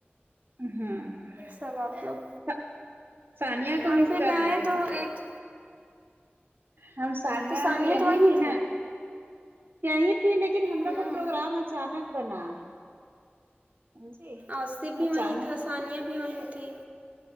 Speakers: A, on the right; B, on the right.
A: ہمم
B: سب آپ لوگ
A: سا سانیہ کو
B: ہم
A: مس
B: بھی
A: کر
B: گئے
A: رہے تھے
B: تو ایک
A: ہم سانیہ
B: تو ثانیہ
A: یہیں
B: تو وہیں
A: تھی نا یہی تھی لیکن ہم
B: ہوں
A: لوگ کا پروگرام اچانک بنا جی
B: آصف بھی
A: اچانک
B: وہیں تھا ثانیہ بھی وہیں تھی